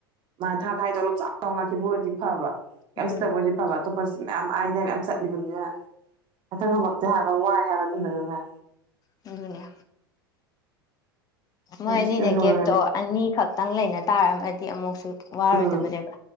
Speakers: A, on the right; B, on the left.
A: ꯃꯥ ꯊꯥ ꯊꯥꯏ ꯇꯣꯂꯣꯞ ꯆꯥꯎ ꯂꯥꯛꯈꯤꯕ ꯑꯣꯏꯗꯤ ꯐꯕ ꯀ꯭ꯌꯤꯝ
B: ꯎꯝ
A: ꯆꯠꯇꯕ ꯑꯣꯏꯗꯤ ꯐꯕ ꯑꯇꯣꯞꯄꯔꯁꯤ ꯃꯌꯥꯝ ꯑꯥꯏꯗꯥꯏ ꯃꯌꯥꯝ ꯆꯠꯂꯤꯕꯅꯤꯅ ꯍꯦꯛꯇ ꯉꯝꯃꯛꯇꯦ ꯍꯥꯏꯕ ꯋꯥꯏ ꯍꯥꯏꯕ <unintelligible>
B: ꯗꯨꯅꯦ
A: ꯑꯗꯨꯅ
B: ꯃꯣꯏ ꯑꯅꯤꯅ
A: ꯁꯤꯗ ꯂꯣꯏꯔꯗꯤ
B: ꯒꯦꯞꯇꯣ ꯑꯅꯤ ꯈꯛꯇꯪ ꯂꯩꯅ ꯇꯥꯔꯝꯃꯗꯤ ꯑꯃꯨꯛꯁꯨ ꯋꯥꯔꯣꯏꯗꯕꯅꯦꯕ
A: ꯎꯝ